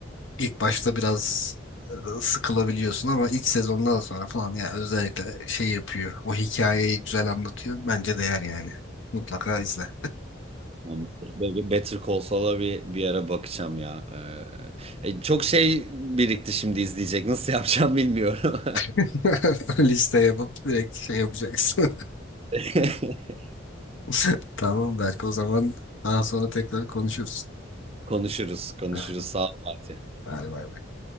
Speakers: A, on the left; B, on the right.
A: ilk başta biraz ee, sıkılabiliyorsun ama ilk sezondan sonra falan ya özellikle şey yapıyor. O hikayeyi güzel anlatıyor. Bence değer yani. Mutlaka izle.
B: <laughs> Tamam. Be- Better Call Saul'a bir, bir ara bakacağım ya. Ee, e, çok şey birikti şimdi izleyecek. Nasıl yapacağım bilmiyorum.
A: <laughs> Liste yapıp direkt şey yapacaksın.
B: <laughs>
A: <laughs> Tamam belki o zaman daha sonra tekrar konuşuruz.
B: Konuşuruz, konuşuruz.
A: Ha,
B: Sağ ol Fatih.
A: Hadi bay bay.